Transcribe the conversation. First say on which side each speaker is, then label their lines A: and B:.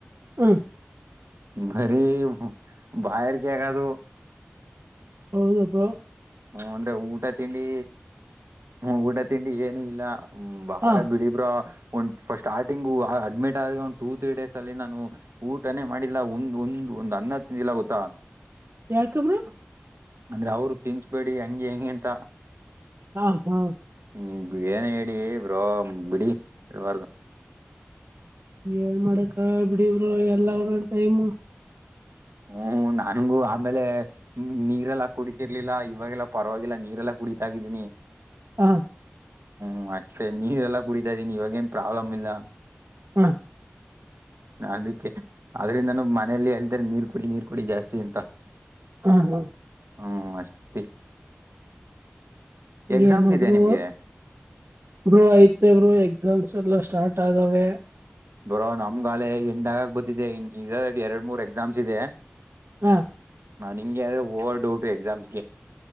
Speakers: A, on the right (about 70°); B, on the right (about 85°).
A: ಹ್ಮ್
B: ಬರಿ ಬಾಯಾರಿಕೆ ಆಗೋದು
A: ಹೌದ ಬ್ರೋ
B: ಹ್ಮ ಅಂದ್ರೆ ಊಟ ತಿಂಡಿ ಹ ಊಟ ತಿಂಡಿ ಏನು ಇಲ್ಲ ಬಾಳ
A: ಹಾ
B: ಬಿಡಿಬ್ರ ಒಂದು ಫಟ್ ಸ್ಟಾರ್ಟಿಂಗ್ ಅಡ್ಮಿಟ್ ಆ ಆದ ಒಂದು ಟೂ ತ್ರೀ ಡೇಸ್ ಅಲ್ಲಿ ನಾನು ಊಟನೇ ಮಾಡಿಲ್ಲ ಒಂದು ಒಂದು ಒಂದ್ ಹನ್ನ ಹತ್ತಿನಲ್ಲ ಗೊತ್ತಾ
A: ಯಾಕ ಬ್ರೋ
B: ಅಂದ್ರೆ ಅವರು ತಿನ್ಸ್ಬೇಡಿ ಹೆಂಗೆ ಹೆಂಗಗೆಂತ
A: ಹಾ ಹಾ
B: ನೀ ಏನ ಹೇಳ ಬ್ರೋ ಬಿಡಿ ಇಬಾರ್ದ
A: ಏನ್ ಮಾಡಕ್ಕ ಬಿಡಬ್ರು ಎಲ್ಲರು ಟೈಮ್
B: ಹ್ಮ್ ನನ್ಗೂ ಆಮೇಲೆ ನೀರೆಲ್ಲ ಕುಡತಿರ್ಲಿಲ್ಲ ಇವಾಗೆಲ್ಲ ಪರವಾಗಿಲ್ಲ ನೀರೆಲ್ಲಾ ಕುಡಿತಾಗಿದ್ದೀನಿ
A: ಹಾ
B: ಹ್ಮ್ ಅಷ್ಟೇ ನೀವೆಲ್ಲ ಕುಡಿತಾ ಇದ್ದೀನಿ ಇವಾಗೇಏನ್ ಪ್ರಾಬ್ಲಮ್ ಇಲ್ಲ
A: ಹಾ
B: ಅದಕ್ಕೆ ಆದ್ರಿಂದಾನ ಮನೇೆಯಲ್ಲಿ ಹೇಳ್ತಾರೆ ನೀರ್ ಕುಡಿ ನೀರ್ ಕುಡಿ ಜಾಸ್ತಿ ಅಂತ
A: ಹಾ ಹಾ
B: ಹ್ಮ್ ಅಷ್ಟೇ ಎಕ್ಸಾಮ್ಸ್
A: ಏನಾದ್ರು
B: ಇದೆ ನಿಮ್ಗೆ
A: ಬ್ರೋ ಐತ ಬ್ರೋ ಎಕ್ಸಾಮ್ಸ್ ಎಲ್ಲ ಸ್ಟಾರ್ಟ್ ಆಗಾವೆ
B: ಬರೋ ನಮ್ಗಾಲೆ ಎಂಡ್ ಆಗ ಬತಿದೆ ಇದ ಎರಡ್ ಮೂರ್ ಎಕ್ಸಾಮ್ಸ್ ಇದೆ
A: ಹಾ
B: ನಾನ್ ಹಿಂಗೆ ಅ್ರೆ ಓರ್ಡ್ ಟು ಎಕ್ಸಾಮ್ಗೆ